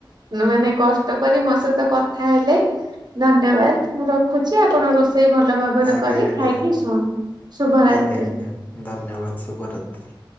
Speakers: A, on the right; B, on the left.
A: ମାନେ କଷ୍ଟ କରି ମୋ ସହିତ କ ଥା ହେଲେ ଧନ୍ୟବାଦ ମୁଁ ରଖୁଛି, ଆପଣ ରୋଷେଇ ଭଲ ଭାବ ବରେ
B: ଆଜ୍ଞା
A: କରି
B: ଆଜ୍ଞା
A: ଖାଇକି ଶୁଅନ୍ ଶୁଭରାତ୍ରି।
B: ଆଜ୍ଞା ଆଜ୍ଞା ଧନ୍ୟବାଦ ଶୁଭରାତ୍ରୀ।